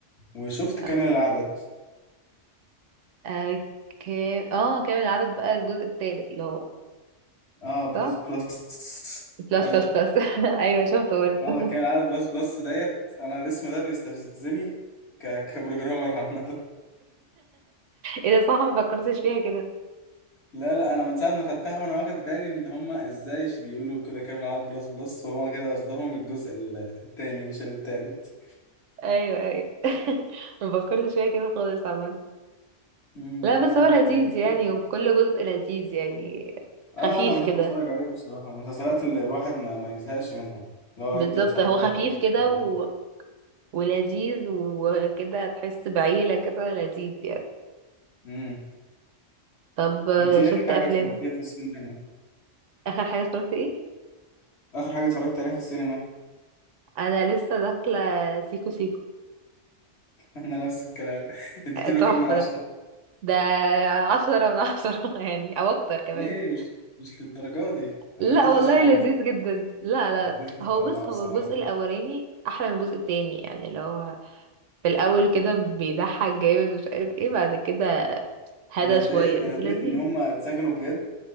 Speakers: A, on the left; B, on the right.
A: وشفت
B: آه،
A: كامل العدد
B: آه، كام اه كامل العدد بقى الجزء التالت اللي هو
A: آه بلس
B: صح
A: بلس
B: بلس
A: أيوه.
B: بلس بلس <laughs> ايوه شفت برضه
A: اه كان
B: <laughs>
A: عدد بلس بلس ديت انا الاسم ده بيستفزني ك... <laughs> كبروجرامر عامة
B: ايه ده صح ما فكرتش فيها كده
A: لا لا انا من ساعة ما خدتها وانا واخد بالي ان هما ازاي ش- بيقولوا كده كامل عدد بلس بلس وهما كده قصدهم الجزء ال- التاني مش التالت
B: ايوه ايوه <laughs> ما فكرتش فيها كده خالص عامة
A: مم.
B: لا
A: لا
B: بس
A: لا
B: هو لذيذ
A: انا متأكد.
B: يعني وكل جزء لذيذ يعني
A: اه
B: خفيف
A: لا انا بحب
B: كده
A: اتفرج عليه بصراحة المسلسلات اللي الواحد ما, ما يزهقش منها اللي هو
B: بالظبط
A: يبدأ يتفرج
B: هو
A: عليها
B: خفيف
A: في اي
B: كده
A: وقت عادي
B: و... ولذيذ وكده تحس بعيلة كده لذيذ يعني
A: امم
B: طب آه،
A: انت ايه
B: شفت
A: اخر حاجة
B: افلام
A: اتفرجتيها في السينما
B: اخر حاجة اتفرجت ايه
A: اخر حاجة اتفرجت عليها في السينما
B: انا لسه داخلة سيكو سيكو
A: <laughs> انا نفس الكلام <laughs> اديتيله
B: آه، تحفة
A: كام من عشرة
B: ده بصراحة ده عشرة من عشرة <laughs> يعني او اكتر كمان
A: ليه مش مش للدرجة دي
B: لا
A: انا اديت
B: والله
A: له سبعة
B: لذيذ
A: من-
B: جدا لا لا
A: اديت له
B: هو
A: سبعة
B: بص
A: بصراحة
B: هو الجزء الاولاني احلى من الجزء التاني يعني اللي هو في الاول كده بيضحك جامد ومش عارف ايه بعد كده هدى
A: انا اتضايقت
B: شويه
A: انا
B: بس
A: اتضايقت
B: لذيذ
A: ان هما اتسجنوا بجد